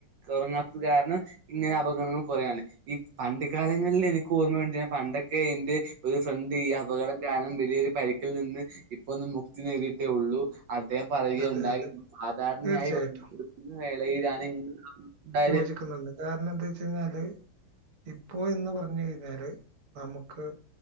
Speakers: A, on the right (about 70°); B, on the right (about 50°).
A: ഉറങ്ങാത്തത് കാരണം ഇങ്ങനെ അപകടങ്ങൾ കൊറയാണ് ഈ പണ്ട് കാലങ്ങളിൽ എനിക്ക് ഓർമ്മയുണ്ട് ഞാൻ പണ്ടൊക്കെ എന്റെ ഒരു ഫ്രണ്ട് ഈ അപകടം കാരണം വലിയൊരു പരിക്കിൽ നിന്ന് ഇപ്പൊ ഒന്ന് മുക്തി നേടിയിട്ടേ ഉള്ളൂ അദ്ദേഹം പറയുകയുണ്ടായി
B: അതെ അതെ
A: സാധാരണയായി
B: തീർച്ചയായിട്ടും
A: വണ്ടി എടുക്കുന്ന വേളയിലാണ് ഇങ്ങനെ <unintelligible> ഉണ്ടായത്
B: ദ്ധിക്ക്ന്ന്ണ്ട് കാരണം എന്താ വെച്ച് കഴിഞ്ഞാല് ഇപ്പോ എന്ന് പറഞ്ഞു കഴിഞ്ഞാല് നമുക്ക്